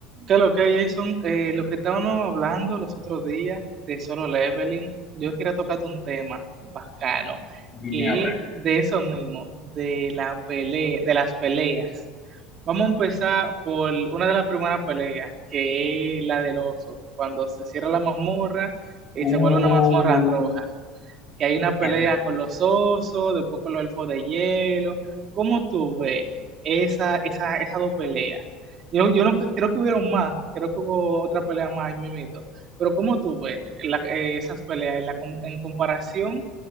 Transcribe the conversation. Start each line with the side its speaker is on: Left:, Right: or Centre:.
Right: ¿Qué lo que, Jason? Eh, lo que estábamos hablando los otros días de solo leveling, yo quería tocarte un tema bacano,
Left: Dime
Right: que
Left: a ver.
Right: es de eso mismo, de la pele, de las peleas. Vamos a empezar por una de las primeras peleas, que es la del oso, cuando se cierra la mazmorra y
Left: Uh,
Right: se vuelve una mazmorra roja que hay una pelea
Left: mierda.
Right: con los osos, después con los elfos de hielo. ¿Cómo tú ves esa, esa, esas dos peleas? Yo, yo no cre- creo que hubieron más, creo que hubo otra pelea más en Mimito, pero ¿cómo tú ves la- eh, esas peleas en, la com- en comparación